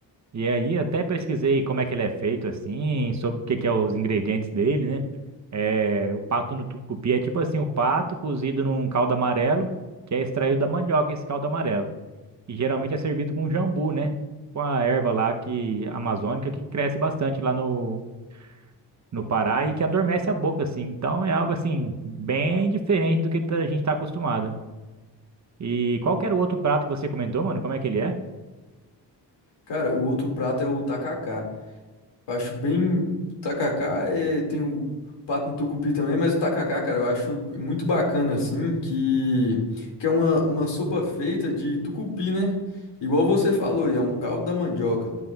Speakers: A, on the right; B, on the left.
A: E aí até pesquisei como é que ele é feito assim, sobre o que que é os ingredientes dele, né? É, o pato no tucupi é tipo assim, o pato cozido num caldo amarelo, que é extraído da mandioca, esse caldo amarelo. E geralmente é servido com jambu, né? Com a erva lá que amazônica que cresce bastante lá no no Pará e que adormece a boca assim. Então é algo assim bem diferente do que tá, a gente está acostumado. E qual que era o outro prato que você comentou, mano? Como é que ele é?
B: Cara, o outro prato é o tacacá. acho bem. Tacacá é... tem o pato no tucupi também, mas o tacacá, cara, eu acho muito bacana, assim, que, que é uma, uma sopa feita de tucupi, né? Igual você falou, e é um caldo da mandioca.